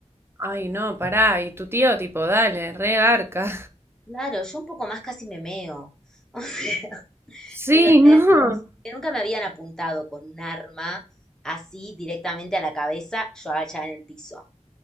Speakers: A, on the right; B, in the centre.
A: Ay, no, pará. Y tu tío, tipo, dale, re garca.
B: Claro, yo un poco más casi me meo, <laughs> o sea,
A: Sí,
B: de los nervios,
A: <laughs> no.
B: que nunca me habían apuntado con un arma así directamente a la cabeza, yo agachada en el piso.